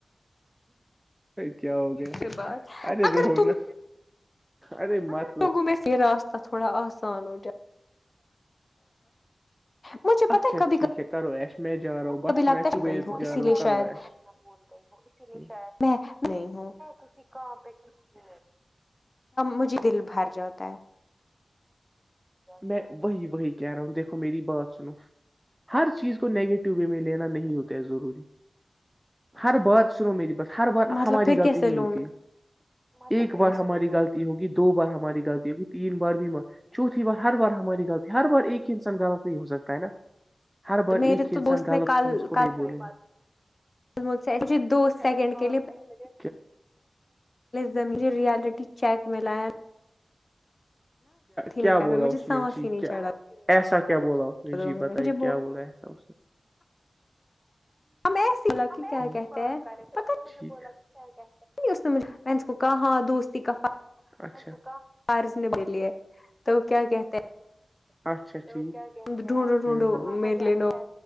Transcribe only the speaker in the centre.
کیا ہو گیا
ارے
رونا ارے مت
اچھا
ٹھیک ہے کرو ایس میں جارو بس
میں کبت
جارو
کرو
ایس ش
کسی کام پہ کسی
میں وہی وہی کہہ رہا ہوں دیکھو میری بات سنو ہر چیز کو نیگیٹو وے میں لینا نہیں ہوتا ہے ضروری ہر بار سنو میری بات ہر
بار
ہماری
غلطی
نہیں
ہوتی ہے ایک
بار ہماری غلط ہوگی دو بار ہماری غلی ہوگی تین بار بھی چوتھی بار ہر بار ہماری غلط ہے ہر بار ایک ہی انسان غلط نہیں ہو سکتا ہے نا ہر بار
ایکھ
انسان
غلط
تھمکن
بول
ایسی بات
نہیں مجھے
کیا
بولا
اس
میں جی
کیا
ایسا کیا بولا اس نے
جی
بتے
کیا بولا ایسا
ہم
ایسی
بات
کر رہے تھے اس
سے مجھے بولا کہ کیا
اچھا
اچھا اچا کیا کہتا
ہے کہاںاں ہے